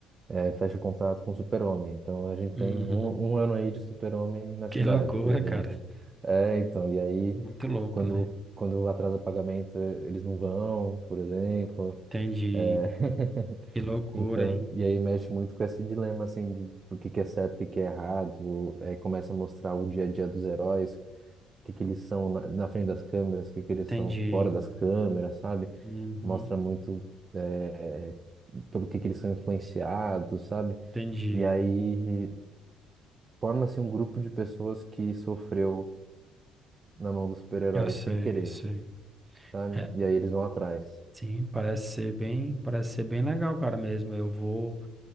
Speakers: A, on the right; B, on the right.
A: é, fecha contrato com o Super-Homem. Então a gente
B: uhum.
A: tem um, um ano aí de Super-Homem na cidade,
B: Que loucura,
A: por exemplo.
B: cara,
A: É, então, e aí
B: muito louco,
A: quando,
B: né?
A: quando atrasa pagamento, eles não vão, por exemplo.
B: Entendi,
A: É, <laughs>
B: que loucura,
A: então,
B: hein?
A: e aí mexe muito com esse dilema assim de o que que é certo, o que que é errado, aí começa a mostrar o dia a dia dos heróis, o que que eles são na, na frente das câmeras, o que que eles
B: Entendi,
A: são fora das câmeras, sabe?
B: uhum,
A: Mostra muito é, pelo que que eles são influenciados, sabe?
B: entendi,
A: E aí forma-se um grupo de pessoas que sofreu na mão dos super-heróis
B: eu sei,
A: sem querer,
B: eu sei.
A: sabe?
B: É,
A: E aí eles vão atrás.
B: sim, parece ser bem, parece ser bem legal, cara, mesmo, eu vou,